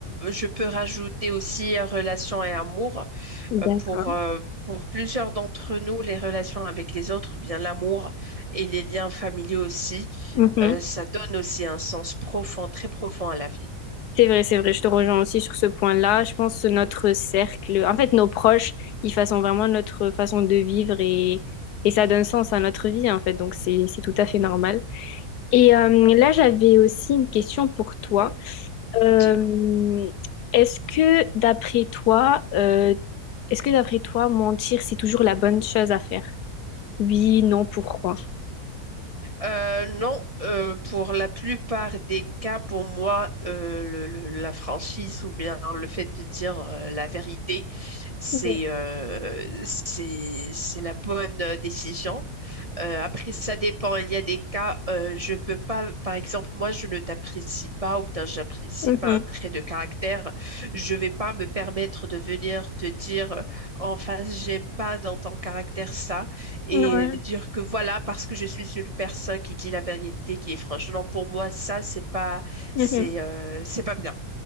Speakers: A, on the right; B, on the left.
A: je peux rajouter aussi euh, relations et amour. Euh,
B: D'accord.
A: pour, euh, pour plusieurs d'entre nous, les relations avec les autres, bien l'amour et les liens familiaux aussi,
B: Mhm.
A: euh, ça donne aussi un sens profond, très profond à la vie.
B: C'est vrai, c'est vrai, je te rejoins aussi sur ce point-là. Je pense que notre cercle, en fait nos proches, ils façonnent vraiment notre façon de vivre et et ça donne sens à notre vie en fait, donc c'est c'est tout à fait normal. Et euh, là j'avais aussi une question pour toi. Euh,
A: dis
B: est-ce que d'après toi, euh, est-ce que d'après toi, mentir, c'est toujours la bonne chose à faire? Oui, non, pourquoi?
A: Euh, non, euh, pour la plupart des cas, pour moi, euh, le- le- la franchise ou bien le fait de dire euh, la vérité, c'est
B: Mhm,
A: euh, c'est c'est la bonne euh, décision. Euh, après, ça dépend. Il y a des cas, euh, je ne peux pas, par exemple, moi, je ne t'apprécie pas ou bien j'apprécie
B: mhm,
A: pas un trait de caractère. Je ne vais pas me permettre de venir te dire euh, en face, j'aime pas dans ton caractère ça et
B: mhm, ouais,
A: dire que voilà, parce que je suis une personne qui dit la vérité, qui est franche. Non, pour moi, ça, c'est pas,
B: mhm.
A: c'est, euh, c'est pas bien.